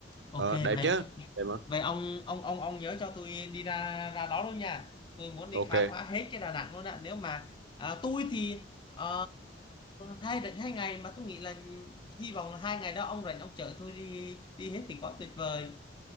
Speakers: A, on the left; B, on the right.
A: Ok
B: ờ, đẹp
A: vậy.
B: chứ đẹp mà
A: Vậy ông ông ông ông nhớ cho tôi đi ra ra đó luôn nha. Tôi muốn đi
B: ok
A: khám phá hết cái Đà Nẵng luôn ạ. Nếu mà à, tôi thì ờ, hai rảnh hai ngày mà tôi nghĩ là hy vọng là hai ngày đó ông rảnh ông chở tôi đi đi hết thì quá tuyệt vời.